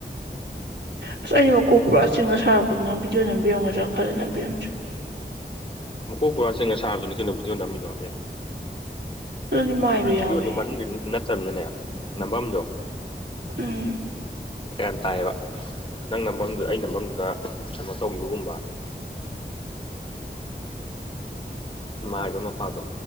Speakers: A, on the left; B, on the right.
A: <inaudible>
B: ꯑꯁ ꯑꯃꯛ ꯀꯣꯛꯄ꯭ꯔꯥ ꯆꯤꯡꯉ ꯁꯥꯔꯛꯄꯗꯨꯅ ꯚꯤꯗꯤꯑꯣ ꯅꯝꯕꯤꯔꯝꯒꯗ꯭ꯔꯥ ꯈꯜꯂ ꯅꯝꯕꯤꯔꯝꯗ꯭ꯔꯥ
A: ꯃꯀꯣꯛ ꯕꯣꯔꯥ ꯆꯦꯡꯅ ꯁꯥꯕꯗꯨꯅꯤ ꯀꯩꯅꯣ ꯕꯤꯗꯤꯑꯣ ꯅꯝꯃꯤꯗꯣ ꯑꯦ
B: ꯑꯗꯨꯗꯤ ꯃꯥꯏꯕ
A: ꯑꯗꯨ ꯚꯤꯗꯤꯑꯣꯗꯣ
B: ꯌꯥꯎꯋꯦ
A: ꯃꯅꯨꯡꯗꯨ ꯑꯗꯨꯝ ꯅꯠꯇꯕꯅꯤꯅꯅꯦ ꯅꯝꯐꯝꯗꯣ
B: ꯎꯝ
A: ꯌꯥꯝ ꯇꯥꯏꯌꯦꯕ ꯅꯪ ꯅꯗꯨꯗ ꯑ ꯅ ꯃꯝꯗꯨꯗ ꯀꯩꯅꯣ ꯇꯧꯕꯈꯤꯕꯒꯨꯝꯕ <inaudible> ꯃꯥꯏꯕ ꯃꯄꯥꯗꯣ